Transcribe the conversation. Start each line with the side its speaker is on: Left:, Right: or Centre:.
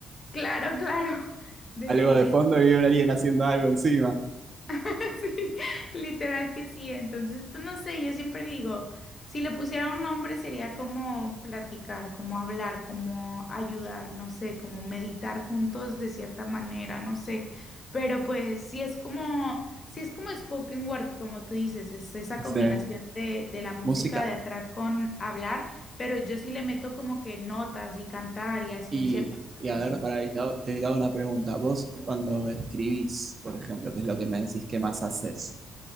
Left: Claro, claro, <laughs> definitivamente.
Right: Algo de fondo y un alguien haciendo algo encima.
Left: <laughs> Sí, literal que sí. Entonces, pues no sé, yo siempre digo, si le pusiera un nombre sería como platicar, como hablar, como ayudar, no sé, como meditar juntos de cierta manera, no sé. Pero pues si es como, si es como spoken word, como tú dices, es esa
Right: Sí,
Left: combinación de, de la música
Right: música.
Left: de atrás con hablar, pero yo sí le meto como que notas y cantar y así
Right: Y,
Left: en ciertos
Right: y a
Left: casos.
Right: ver, para, y te hago, te hago una pregunta. Vos, cuando escribís, por ejemplo, que es lo que me decís que más haces,